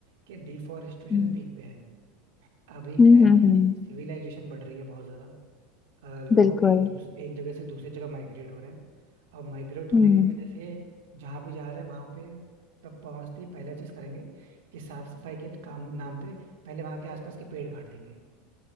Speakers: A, on the right; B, on the left.
A: कि डिफॉरेस्टेशन
B: हम्म
A: पीक पे है अभी
B: हम्म
A: क्या है
B: हम्म,
A: कि
B: हम्म,
A: सिविलाइजेशन बढ़ रही है बहुत ज्यादा अ, लोग
B: बिल्कुल
A: एक दूस, एक जगह से दूसरी जगह माइग्रेट हो रहे हैं अब माइग्रेट होने
B: हम्म
A: की वजह से जहाँ भी जा रहे हैं वहाँ पे तब पहुँचते ही पहला चीज़ करेंगे कि साफ सफाई के काम नाम पे पहले वहाँ के आसपास के पेड़ काट देंगे